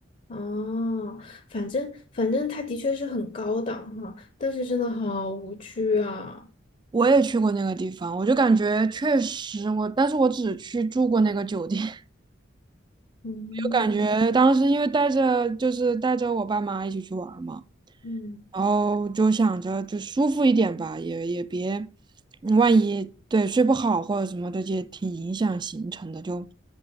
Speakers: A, on the left; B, on the right.
A: 哦，反正反正它的确是很高档哈，但是真的好无趣啊。
B: 我也去过那个地方，我就感觉确实我，但是我只去住过那个酒店，<laughs> 我
A: 嗯
B: 就感觉当时因为带着就是带着我爸妈一起去玩儿嘛，
A: 嗯
B: 然后就想着就舒服一点吧，也也别，嗯万一对睡不好或者什么的，也挺影响行程的，就